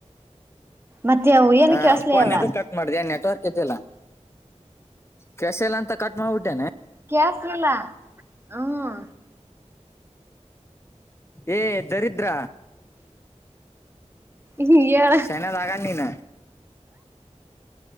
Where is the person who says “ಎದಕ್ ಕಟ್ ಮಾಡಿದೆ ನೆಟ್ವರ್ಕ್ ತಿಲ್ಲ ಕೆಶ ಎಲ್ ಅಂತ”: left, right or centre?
Left